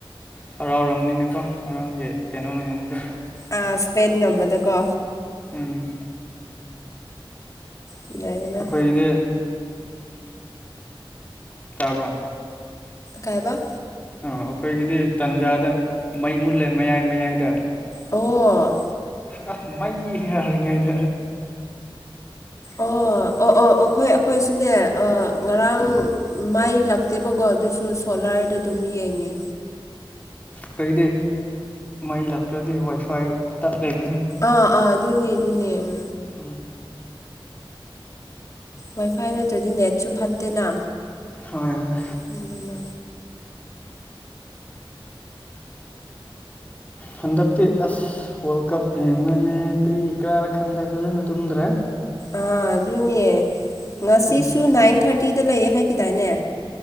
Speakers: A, on the left (about 15°); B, on the left (about 35°).
A: ꯍꯔꯥꯎꯔꯕꯅꯤꯅꯦꯀꯣ ꯉꯔꯥꯡꯒꯤ ꯀꯩꯅꯣꯅ ꯉꯝꯗ
B: ꯑ ꯁ꯭ꯄꯦꯟ ꯉꯝꯕꯗꯀꯣ
A: ꯎꯝ
B: ꯅꯨꯡꯉꯥꯏꯕꯅ
A: ꯑꯩꯈꯣꯏꯗꯤ ꯇꯥꯕ꯭ꯔ‌ꯣ
B: ꯀꯥꯏꯕ
A: ꯑꯥ ꯑꯩꯈꯣꯏꯒꯤꯗꯤ ꯇꯥꯟꯖꯥꯗ ꯃꯩ ꯃꯨꯠꯂꯦ ꯃꯌꯥꯏ ꯃꯌꯥꯏꯗ
B: ꯑꯣ
A: ꯑ ꯃꯩ ꯉꯥꯏꯔꯤꯉꯩꯗ
B: ꯑꯣ ꯑꯣ ꯑꯣ ꯑꯩꯈꯣꯏ ꯑꯩꯈꯣꯏ ꯁꯨꯅꯦ ꯑ ꯉꯔꯥꯡ
A: ꯎꯝ
B: ꯃꯥꯏ ꯂꯥꯛꯇꯦꯕꯀꯣ ꯑꯗꯨꯁꯨ ꯁꯣꯂꯥꯔꯗ ꯑꯗꯨꯝ ꯌꯦꯡꯉꯦ
A: ꯈ‌ꯣꯏꯒꯤꯗꯤ ꯃꯩ ꯂꯥꯛꯇ‍꯭ꯔꯗꯤ ꯋꯥꯏꯐꯥꯏ ꯇꯠꯂꯦꯕ ꯑꯗꯨꯝ
B: ꯑꯥ ꯑꯥ ꯗꯨꯅꯤ ꯗꯨꯅꯤ ꯎꯝ
A: ꯎꯝ
B: ꯋꯥꯏꯐꯥꯏ ꯅꯠꯇ꯭ꯔꯗꯤ ꯅꯦꯠꯁꯨ ꯐꯠꯇꯦꯅ
A: ꯍꯣꯏ ꯍꯣꯏ
B: <unintelligible> ꯅ
A: ꯍꯟꯗꯛꯇꯤ ꯑꯁ ꯋꯥꯔꯜ ꯀꯞ ꯌ‌ꯦꯡꯕꯅꯦ ꯀꯔꯤ ꯀꯔꯥꯔ ꯈꯪꯗ꯭ꯔꯦ ꯐꯖꯅ ꯇꯨꯝꯗ꯭ꯔꯦ
B: ꯑꯥ ꯑꯗꯨꯅꯦ ꯉꯁꯤꯁꯨ
A: ꯎꯝ
B: ꯅꯥꯏꯟ ꯊꯥꯔꯇꯤꯗ ꯂꯩꯌꯦ ꯍꯥꯏꯈꯤꯗꯥꯏꯅꯦ